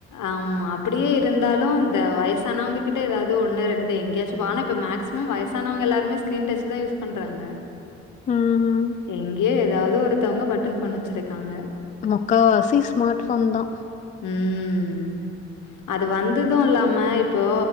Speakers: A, on the left; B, on the left.
A: ஆமா அப்டியே இருந்தாலு இந்த வய்சானவங்க கிட்ட எதாவ்து ஒண்ணு ரெண்டு எங்கயாச்சு பா ஆனா இப்ப மேக்ஸி மம் வயசானவங்க எல்லாருமே ஸ்கீரின் டச் தா யூஸ் பண்றாங்க
B: ம்
A: எங்கே எதாவ்து ஒருத்தோங்க பட்டன் ஃபோன் வச்சிருக்காங்க
B: முக்காவாசி ஸ்மார்ட் ஃபோன் தா
A: ம்
B: <inaudible>
A: அது வந்தது இல்லாம இப்போ